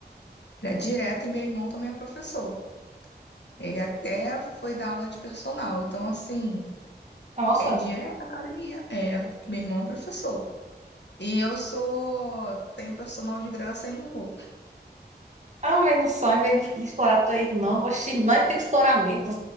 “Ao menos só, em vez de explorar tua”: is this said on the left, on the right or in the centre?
Right